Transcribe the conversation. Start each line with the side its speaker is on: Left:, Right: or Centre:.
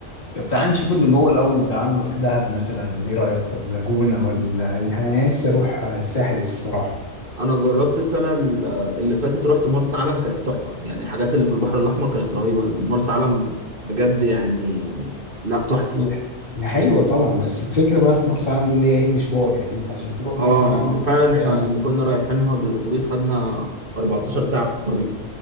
Left: طب تعال نشوف اللي جوه الأول تعال نروح دهب مثلا إيه رأيك ولا جونة ولا أي- أنا لسه أروح الساحل الصراحة
Right: انا جربت السنه ال- اللي فاتت رحت مرسى علم كانت تحفه يعني الحاجات اللي في البحر الاحمر كانت رهيبه مرسى علم بجد يعني لا تحفه
Left: هي هي حلوة طبعا بس الفكرة بقى في مرسى علم دي اللي هي إيه مشوار يعني أنت عشان تروح
Right: اه
Left: مرسى علم دي
Right: فعلا احنا
Left: بقى-
Right: لما كنا رايحينها بالاتوبيس خدنا 14 ساعه في الطريق